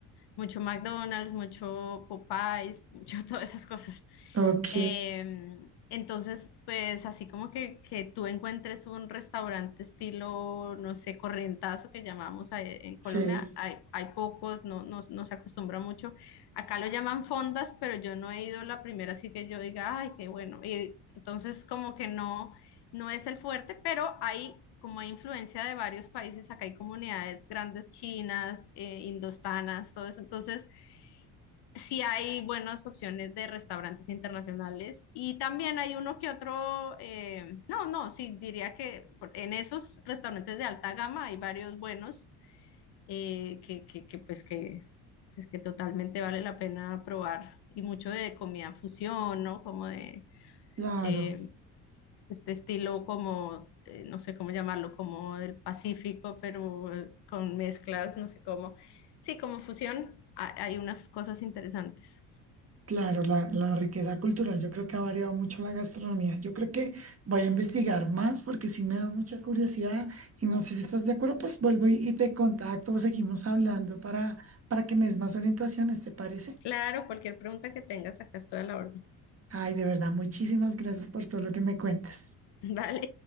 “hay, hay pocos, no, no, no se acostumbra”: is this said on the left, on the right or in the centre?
Left